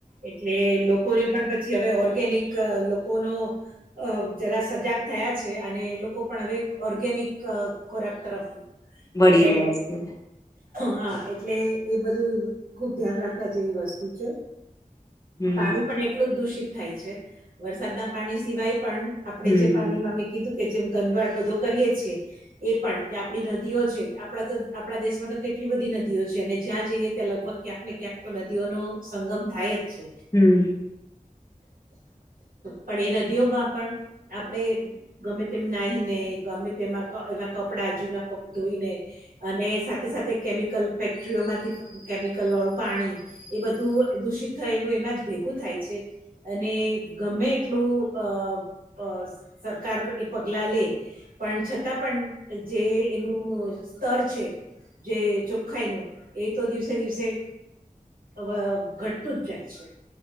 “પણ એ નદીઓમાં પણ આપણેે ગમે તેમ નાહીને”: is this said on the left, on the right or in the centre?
Right